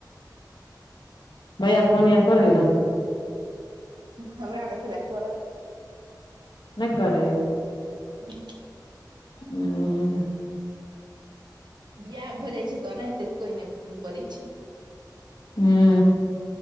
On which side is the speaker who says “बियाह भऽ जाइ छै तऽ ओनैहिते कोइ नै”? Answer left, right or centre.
Right